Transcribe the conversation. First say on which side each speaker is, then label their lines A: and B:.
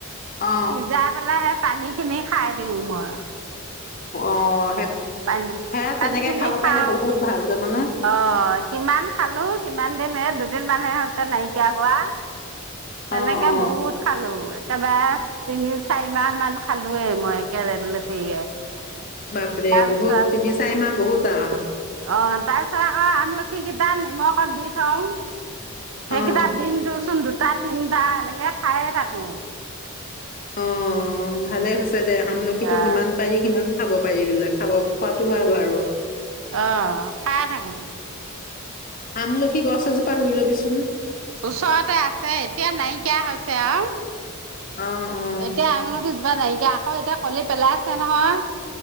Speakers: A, on the left (about 40°); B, on the right (about 65°).
A: অ অ
B: সিজাই পেলাই হে পানী খিনি খাই দিওঁ মই
A: অ সেই
B: পানী
A: সেয়া
B: পানীখিনি
A: তেনেকে খাব
B: খাও
A: পাৰিলে বহুত ভাল জানানে
B: অ কিমান খালো কিমান দিন দু দুদিন মানহে হৈছে নাই কিয়া হোৱা। তেনেকে
A: অ অ
B: বহুত খালো। তাপা তিনি চাৰি মাহ মান খালোয়ে মই একে লেঠেৰিয়ে
A: বাপৰে
B: তাৰপিছত
A: বহুত তিনি চাৰি মাহ বহুত আহ
B: অ তাৰপিছত আকো আমলখি কেইটা নিমখ ক'ত দি থওঁ। সেইকেইটা
A: অ
B: দিনটোচোন দু দুটা টা তিনিটা এনেকে খায়ে থাকো
A: অ ভালে হৈছে। দে আমলখিটো
B: অ
A: যিমান পাৰি সিমান খাব পাৰি বোলে খাব খোৱাতো ভাল আৰু
B: অ খাই থাকো
A: আমলখি গছ এজোপা ৰুই ল'বিচোন।
B: ওচৰতে আছে এতিয়া নাইকিয়া হৈছে। তেওঁ
A: অ। অ',
B: এতিয়া আমলখি জোপা নাইকিয়া আকৌ এতিয়া কলি পেলাইছে নহয়।